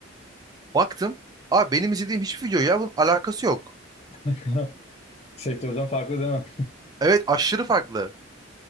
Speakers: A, on the right; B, on the left.
A: Baktım. Aa benim izlediğim hiçbir video ya bunun alakası yok.
B: <laughs> Sektörden farklı değil mi?
A: Evet aşırı farklı.